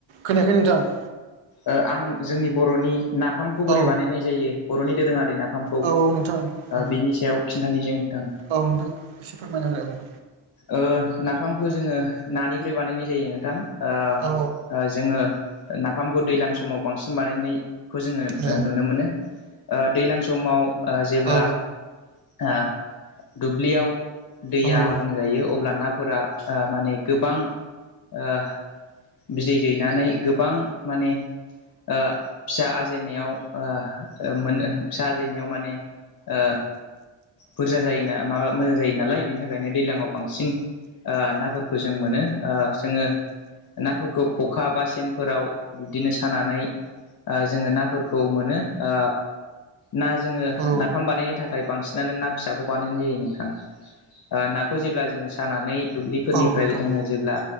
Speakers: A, on the right (about 70°); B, on the left (about 50°).
A: खोनायाखै नोंथां।
B: ओ आं जोंनि बर'नि नाफामखौ बोरै
A: औ
B: बानायनाय जायो बर'नि दोरोङारि नाफामखौ ओ
A: औ औ नोंथां औ
B: बिनि सायाव खिन्थानोसै नोथां
A: औ नोंथांखौ एसे फोरमायना हो औ
B: ओ नाफामखो जोङो नानिफ्राय बानायनाय जायो नोंथां। ओ
A: औ
B: ओ जोङो नाफामखौ दैलां समाव बांसिन बानायनाय खौ जोङो ओ
A: ए
B: नुनो मोनो ओ दैलां समाव ओ जेब्ला
A: औ
B: ओ दुब्लियाव दैया
A: औ औ
B: यो अब्ला नाफोरा आ माने गोबां ओ बिदै दैनानै गोबां माने ओ फिसा आजायनायाव ओ मोन फिसा आजायनायाव माने ओ बुरजा जायोना माबा मोजां जायो नालाय बिनि थाखायनो दैलाङाव बांसिन ओ नाफोरखौ जों मोनो ओ जोङो नाफोरखौ ख'खा बा सेनफोराव बिब्दिनो सानानै आ जोङो नाफोरखौ मोनो ओ ना जोङो
A: औ
B: नाफाम बानायनो थाखाय बांसिनानो ना फिसाखौ बानायनाय जायो नोंथां। ओ नाखौ जेब्ला जोङो सानानै दुब्लिफोरनिफ्राय
A: औ नोंथां
B: जोङो जेब्ला